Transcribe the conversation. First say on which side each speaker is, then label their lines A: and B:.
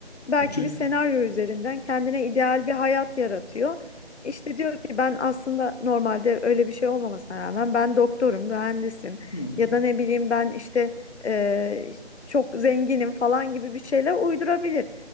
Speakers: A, on the left; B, on the left.
A: belki
B: E, çünkü...
A: bir senaryo üzerinden kendine ideal bir hayat yaratıyor. İşte diyor ki ben aslında normalde öyle bir şey olmamasına rağmen ben doktorum, mühendisim
B: Hı.
A: ya da ne bileyim ben işte e, çok zenginim falan gibi bir şeyler uydurabilir.